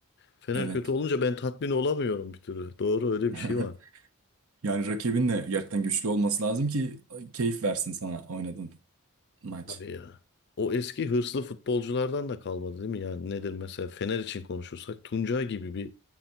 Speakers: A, on the left; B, on the right.
A: Fener
B: Evet.
A: kötü olunca ben tatmin olamıyorum bir türlü. Doğru öyle bir
B: <laughs>
A: şey var.
B: Yani rakibin de gerçekten güçlü olması lazım ki keyif versin sana oynadığın maç.
A: Abi ya. O eski hırslı futbolculardan da kalmadı değil mi? Yani nedir mesela Fener için konuşursak Tuncay gibi bir